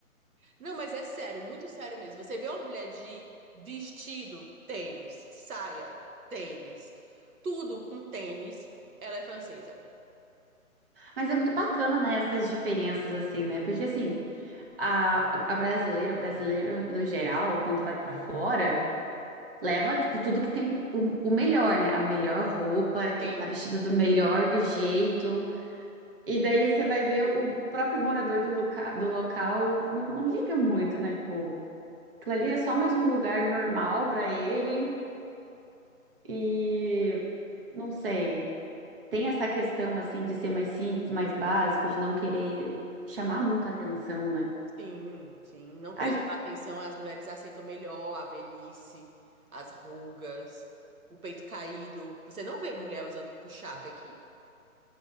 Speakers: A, on the right; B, on the right.
A: não, mas é sério, muito sério mesmo. Você vê uma mulher de vestido, tênis, saia, tênis, tudo com tênis, ela é francesa.
B: Mas é muito bacana, né, essas diferenças, assim, né? Porque, assim, a, a brasileira, o brasileiro, no geral, quando vai pra fora. Leva, tipo, tudo que tem o, o melhor, né? A melhor roupa, que
A: Sim,
B: tá vestido do melhor jeito. E daí você vai ver o próprio morador do, loca do local não, não liga muito, né? Tipo, aquilo ali é só mais um lugar normal pra ele. E não sei, tem essa questão, assim, de ser mais simples, mais básico, de não querer chamar muita atenção, né?
A: sim, sim. Não querer
B: Ai,
A: chamar atenção, as mulheres aceitam melhor a velhice, as rugas, o peito caído. Você não vê mulher usando push-up aqui.